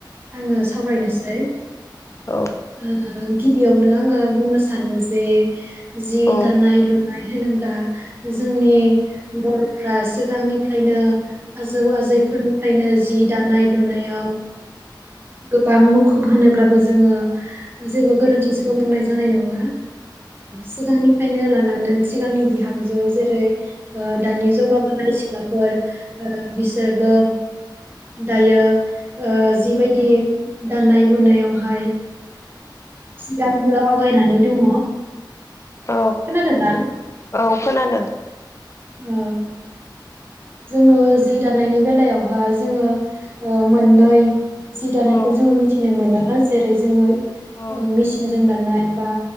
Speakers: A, on the right (about 25°); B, on the left (about 35°).
A: आङो सावरायनोसै
B: औ
A: <inaudible> गिबियावनो आङो बुंनो सानो जे जि दानाय
B: औ
A: लु होनोब्ला जोंनि बर'फ्रा सिगांनिफ्रायनो आजौ आजैफोरनिफ्रायनो जि दानाय लुनायाव गोबां मुखुब होनोब्लाबो जोङो जेबो गोरोन्थि जोङो बुंनाय जानाय नङा सिगांनिफ्रायनो लानानै सिगांनि बिहामजो जेरै दानि जौगाबोनाय सिख्लाफोर बिसोरबो दायो जिबायदि दानाय लुनायावहाय सिगांबो आवगायनानै दङ
B: औ
A: खोनादोंना
B: औ खोनादों
A: औ जोङो जि दानायनि बेलायावहायो जोङो मोननै जि दानायखौ
B: औ
A: जोङो मिथिनो मोनो जेरै जोङो
B: औ
A: मेसिनजों दानाय बा